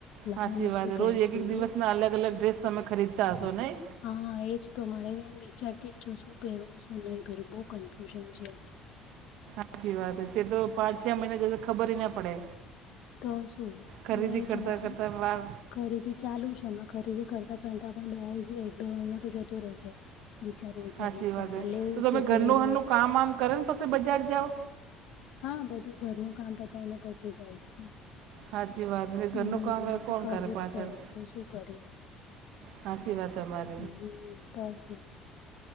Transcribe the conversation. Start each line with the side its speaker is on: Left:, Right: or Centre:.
Left: લગ્નમાં
Right: સાચી વાત
Left: શું પહેરશું
Right: રોજ એક એક દિવસના અલગ અલગ ડ્રેસ તમે ખરીદતા હશો નહી.
Left: હા એજ તો મારે એમ વિચારતી જ શું પહેરું ને શું નહી પહેરું બોવ કન્ફ્યુઝન છે.
Right: સાચી વાત છે તો પાંચ છ મહિના જતા ખબરએ ના પડે.
Left: તો શું
Right: ખરીદી
Left: મેજ
Right: કરતાં
Left: હમણામાં
Right: કરતાં વાર
Left: ખરીદી ચાલુ છે હમણાં ખરીદી કરતા કરતાં પણ બે એક બે મહિનો તો જતો રહેશે. વિચારી વિચારીને
Right: સાચી
Left: કે
Right: વાત છે
Left: આ લેવું
Right: તો તમે
Left: કે
Right: ઘરનું
Left: તે લેવું
Right: હરનું કામ વામ કરો ને પછી બજાર જાવ.
Left: હા બધું ઘરનું કામ બતાયને પછી જાઉં છું.
Right: સાચી વાત ન
Left: હમ
Right: ઘરનું કામ
Left: એટલે
Right: કોણ
Left: કરવું
Right: કરે પાછળ
Left: જ પડે તો શું કરીએ
Right: સાચી વાત અમારી
Left: હમ તો શું.